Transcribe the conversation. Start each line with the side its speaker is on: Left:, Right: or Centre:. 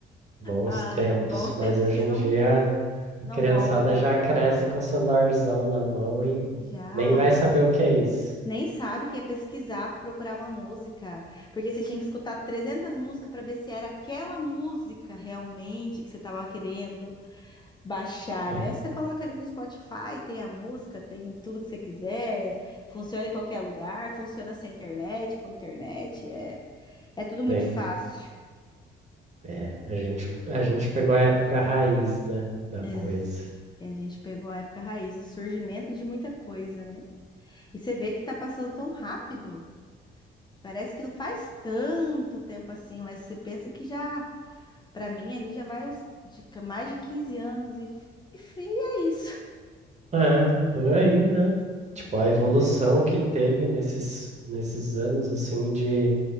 Right: Bons
Left: Ai,
Right: tempos.
Left: bons tempos
Right: Mas hoje
Left: que
Right: em
Left: não
Right: dia,
Left: não
Right: a criançada
Left: voltam.
Right: já cresce com o celularzão na mão e
Left: Já
Right: nem vai saber o que é isso.
Left: nem sabe que ia pesquisar para procurar uma música, porque você tinha que escutar 300 músicas para ver se era aquela música realmente que você estava querendo. baixar,
Right: Hum.
Left: né? Você coloca ali no Spotify, tem a música, tem tudo que você quiser, funciona em qualquer lugar, funciona sem internet, com internet, é, é tudo muito
Right: Sim.
Left: fácil.
Right: É, a gente, a gente pegou a época raiz, né, da
Left: Ex-
Right: coisa.
Left: e a gente pegou a época raiz, o surgimento de muita coisa, né? E você vê que tá passando tão rápido. Parece que não faz tanto tempo assim, mas você pensa que já, pra mim ali já vai uns de- mais de 15 anos e, f- e f- e é isso.
Right: É, por aí, né? Tipo, a evolução que teve nesses, nesses anos, assim, de...